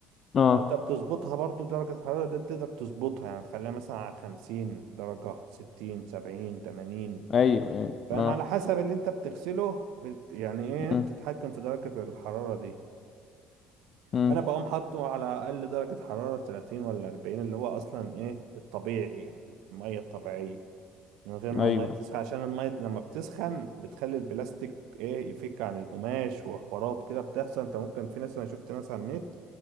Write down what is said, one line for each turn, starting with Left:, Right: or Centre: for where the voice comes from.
Left: اه
Right: فانت بتظبطها برضو درجة الحرارة دي بتقدر تظبطها يعني تخليها مثلا على 50 درجة 60 70 80
Left: ايوه ايوه
Right: فاهم
Left: اه
Right: على حسب اللي انت بتغسله بت يعني ايه
Left: امم
Right: تتحكم في درجة الحرارة دي
Left: امم
Right: فانا بقوم حاطه على اقل درجة حرارة 30 ولا 40 اللي هو اصلا ايه الطبيعي يعني المية الطبيعية من غير ما
Left: ايوه
Right: المية تسخن عشان المية لما بتسخن بتخلي البلاستيك ايه يفك عن القماش وحوارات كده بتحصل انت ممكن في ناس انا شفت ناس على النت